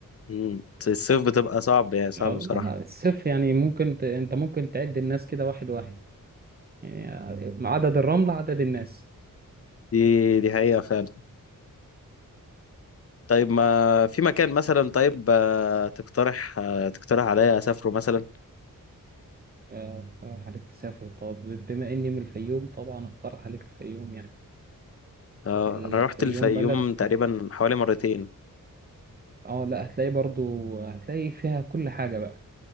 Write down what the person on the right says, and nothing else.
آه،
لا لا الصيف يعني ممكن ت... أنت ممكن تعد الناس كده واحد واحد يعني آه، عدد الرملة عدد الناس
آه، أقترح عليك تسافر طب بما إني من الفيوم طبعا أقترح عليك الفيوم يعني
الفيوم
بلد
اه لا هتلاقي برضو هتلاقي فيها كل حاجة بقى